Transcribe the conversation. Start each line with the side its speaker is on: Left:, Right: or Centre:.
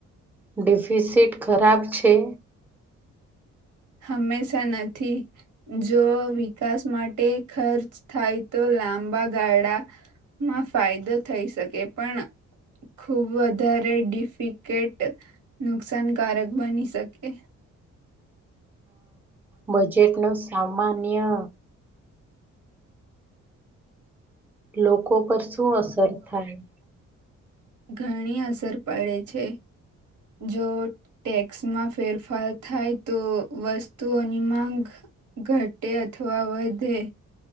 Centre: ડિફિસિટ ખરાબ છે.
Right: હંમેશા નથી, જો વિકાસ માટે ખર્ચ થાય તો લાંબા ગાળામાં ફાયદો થઈ, શકે પણ ખુબ વધારે ડિફિકેટ નુકસાનકારક બની શકે.
Centre: બજેટ ન, સામાન્ય લોકો, પર શું અસર થાય
Right: ઘણી અસર પડે છે. જો ટેક્સમાં ફેરફાર થાય, તો વસ્તુઓની માંગ ઘટે, અથવા વધે.